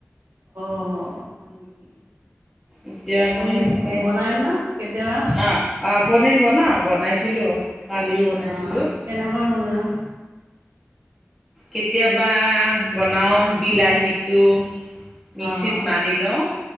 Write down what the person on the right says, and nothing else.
অ', হয় নেকি?
পনীৰ
বনাই ন কেতিয়াবা?
অ', কেনেকৈ বনোৱা?
অ',